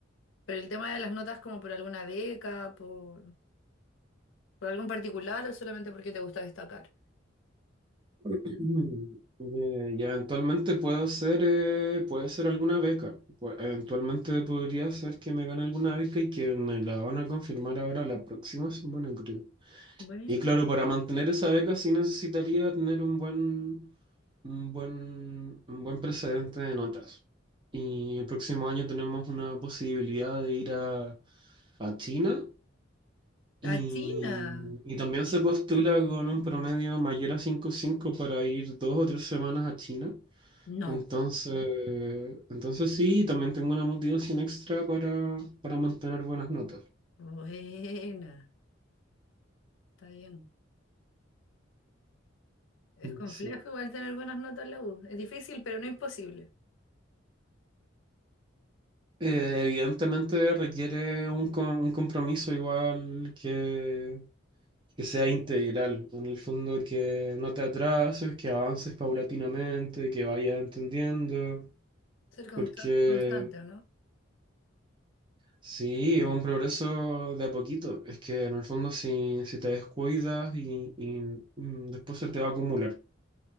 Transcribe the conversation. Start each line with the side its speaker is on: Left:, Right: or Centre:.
Left: pero el tema de las notas como por alguna beca, por... ¿Por algo en particular o solamente porque te gusta destacar?
Right: <clears throat> eh, y eventualmente puedo ser, eh, puede ser alguna beca. Pu- eventualmente podría ser que me gane alguna beca y que me la van a confirmar ahora la próxima semana, creo.
Left: Buena.
Right: Y claro, para mantener esa beca sí necesitaría tener un buen, un buen, un buen precedente de notas. Y el próximo año tenemos una posibilidad de ir a, a China
Left: La
Right: y,
Left: China.
Right: y también se postula con un promedio mayor a cinco punto cinco para ir dos o tres semanas a China.
Left: No.
Right: Entonces, entonces sí, también tengo una motivación extra para, para mantener buenas notas.
Left: Buena. Está bien. Es complejo
Right: Sí.
Left: igual tener buenas notas en la U. Es difícil, pero no imposible.
Right: Eh, evidentemente requiere un, co- un compromiso igual que, que sea integral, en el fondo que no te atrases, que avances paulatinamente, que vayas entendiendo,
Left: Ser consta-
Right: porque
Left: constante, ¿o no?
Right: sí, es un progreso de a poquito, es que en el fondo si, si te descuidas y, y, mm, después se te va a acumular.